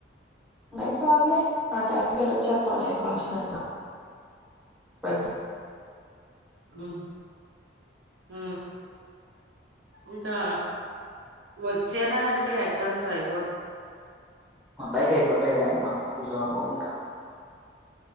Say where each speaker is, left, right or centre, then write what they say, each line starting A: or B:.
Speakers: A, in the centre; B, on the right.
A: ైసాలే ఆ టైళ్ల్ వచ్చేస్తాం ఏ ఫంక్షన్ అయినా ప
B: ఉ హ ఇంకా వచ్చేనాలంటే ఎగ్జామ్స్ అయి
A: అబ్బాయికి అయిపోతాయి కాగానీ మాకు స్ూలమా పో ఇంకా